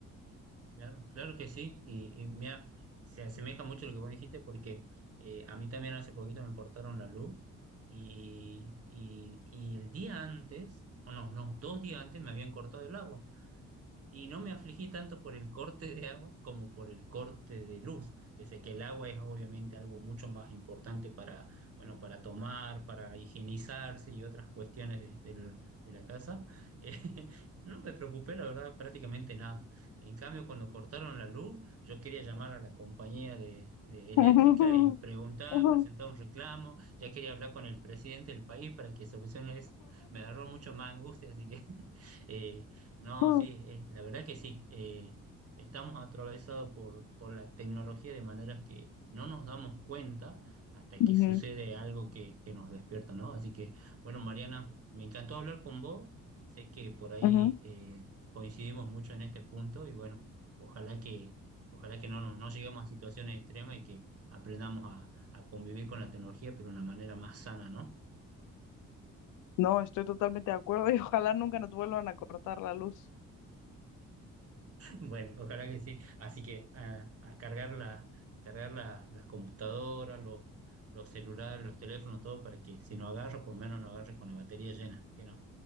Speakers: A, on the right; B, on the left.
A: Claro, claro que sí, y, y mira, se asemeja mucho a lo que vos dijiste porque eh, a mí también hace poquito me cortaron la luz y, y, y el día antes, o no, no, dos días antes me habían cortado el agua. Y no me afligí tanto por el corte de agua como por el corte de luz, pese que el agua es obviamente algo mucho más importante para, bueno, para tomar, para higienizarse y otras cuestiones de, de lo- de la casa. <laughs> Eh, no me preocupé, la verdad, prácticamente nada. En cambio, cuando cortaron la luz, yo quería llamar a la compañía de, de eléctrica
B: <laughs> Ujú,
A: y preguntar,
B: ujú.
A: presentar un reclamo, ya quería hablar con el presidente del país para que solucione eso. Me agarró mucho más angustia, así que... <laughs> Eh, no,
B: ujú,
A: sí, eh, la verdad que sí. eh, estamos atravesados por, por la tecnología de maneras que no nos damos cuenta hasta
B: ujú,
A: que sucede algo que, que nos despierta, ¿no? Así que, bueno, Mariana, me encantó hablar con vos. Sé que por ahí
B: ujú.
A: eh, coincidimos mucho en este punto y bueno, ojalá que, ojalá que no, nos- no lleguemos a situaciones extremas y que aprendamos a, a convivir con la tecnología, pero de una manera más sana, ¿no?
B: No, estoy totalmente de acuerdo y ojalá nunca nos vuelvan a cortar la luz.
A: Bueno, ojalá que sí. Así que a, a cargar la, cargar la- las computadoras, los, los celulares, los teléfonos, todo para que si no agarro, por lo menos no agarre con la batería llena. Que no.